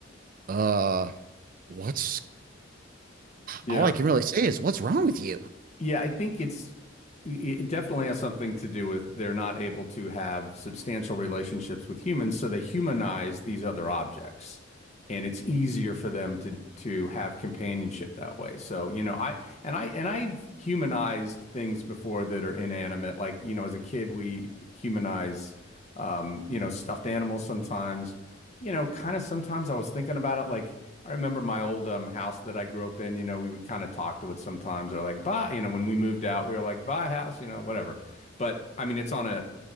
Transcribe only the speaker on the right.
uh, what's
all I can really say is what's wrong with you?